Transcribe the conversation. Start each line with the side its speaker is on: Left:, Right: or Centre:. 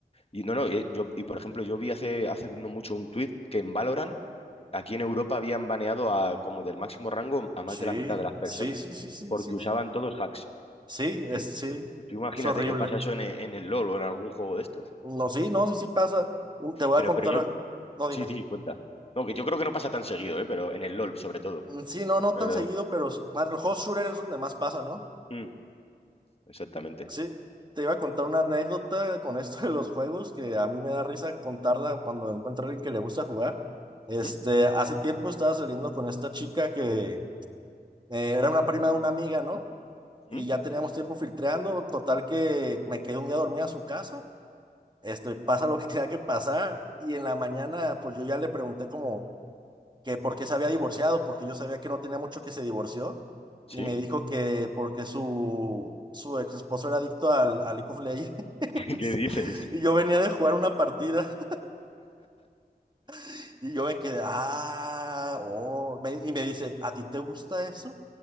Left: Y no, no, eh, yo, y por ejemplo, yo vi hace, hace no mucho un tuit que en Valorant aquí en Europa habían baneado a como del máximo rango a más
Right: Sí,
Left: de la mitad de las personas
Right: sí, sí, sí, sí,
Left: porque
Right: sí,
Left: usaban
Right: sí.
Left: todos hacks.
Right: Sí, es,
Left: Y,
Right: sí,
Left: y tú imagínate
Right: es horrible.
Left: que pasa eso en, e- en el LOL o en algún juego de estos.
Right: No, sí, no, sí, sí pasa. Uh, Te voy
Left: Pero,
Right: a contar.
Left: pero yo,
Right: No, dime.
Left: sí, sí, cuenta. No, que yo creo que no pasa tan seguido, ¿eh? Pero en el LOL sobre todo.
Right: Mm, Sí, no, no
Left: Pero,
Right: tan seguido, pero sí. Más el hot shooter es donde más pasa, ¿no?
Left: mm, exactamente.
Right: Sí, te iba a contar una anécdota con esto de los juegos que a mí me da risa contarla cuando encuentro a alguien que le gusta jugar. Este,
Left: ¿Mm?
Right: hace tiempo estaba saliendo con esta chica que eh, era una prima de una amiga, ¿no?
Left: ¿Mm?
Right: Y ya teníamos tiempo filtreando, total que me quedé un día dormida a su casa. Este, pasa lo que <laughs> tenía que pasar y en la mañana pues yo ya le pregunté como que por qué se había divorciado, porque yo sabía que no tenía mucho que se divorció,
Left: ¿Sí?
Right: y me dijo que porque su, su ex esposo era adicto al, al League of Legends, <laughs>
Left: <laughs> ¿Qué dices?
Right: y yo venía de jugar una partida, <laughs> y yo me quedé, ah, oh, me- y me dice, ¿a ti te gusta eso?